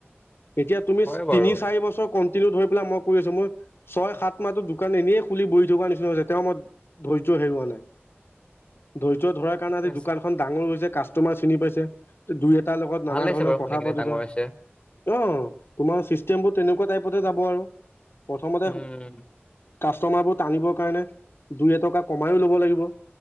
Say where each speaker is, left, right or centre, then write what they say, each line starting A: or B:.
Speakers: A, on the left; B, on the left.
A: এতিয়া তুমি
B: হয় বাৰু।
A: তিনি-চাৰি বছৰ ক তিল ধৰি পেলাই মই কৰি আছোঁ। মোৰ ছয়-সাত মাহতো দোকান এনেইে খুলি বহি থকা নিচিনা হৈছে। এতিয়াও মই ধৈৰ্য হেৰুওৱা নাই। ধৈৰ্য্য ধৰাৰ কাৰণে
B: ঠিকে
A: আজি দো
B: আছে
A: দোকানখন ডাঙৰ হৈছে, কাষ্টমাৰ চিনি পাইছে। দুই-এট তাৰ লগত
B: ভাল
A: নানা
B: লাগিছে
A: ধৰণৰ
B: বাৰু
A: কথা
B: শুনি কিনে
A: পাতোতে
B: ডাঙৰ
A: অ'
B: হৈছে।
A: তোমাৰ চিষ্টেমবোৰ তেনেকুৱা টাইপতে যাব আৰু। প্ৰথমতে
B: উম।
A: কাষ্টমাৰবোৰ টানিবৰ কাৰণে দুই-এটকা কমাইও ল'ব লাগিব।